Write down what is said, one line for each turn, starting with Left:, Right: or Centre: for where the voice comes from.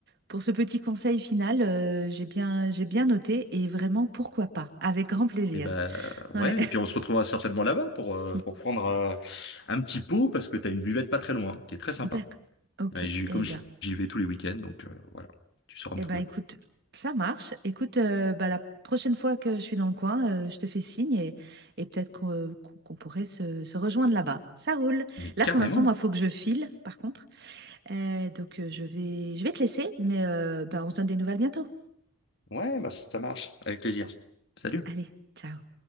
Right: pour ce petit conseil final. Euh, j'ai bien, j'ai bien noté et vraiment, pourquoi pas? Avec grand plaisir.
Left: Et ben ouais.
Right: Ouais.
Left: Et puis on se retrouvera certainement là-bas pour
Right: <laughs>
Left: euh, pour prendre euh, un petit pot parce que t'as une buvette pas très loin qui est très sympa.
Right: D'accord. Ok.
Left: Ouais, j'y- comme
Right: Eh ben,
Left: j'y vais tous les week-ends, donc euh, voilà, tu sauras
Right: eh
Left: me trouver.
Right: ben, écoute, ça marche. Écoute, euh, bah, la prochaine fois que je suis dans le coin, euh, je te fais signe et, et peut-être qu'on euh, qu'on- qu'on pourrait se, se rejoindre là-bas. Ça roule.
Left: Mais
Right: Là,
Left: carrément.
Right: pour l'instant, moi, faut que je file, par contre. Euh, donc, euh, je vais, je vais te laisser, mais euh, bah, on se donne des nouvelles bientôt.
Left: Ouais, bah ça marche, avec plaisir. Salut.
Right: Allez, ciao.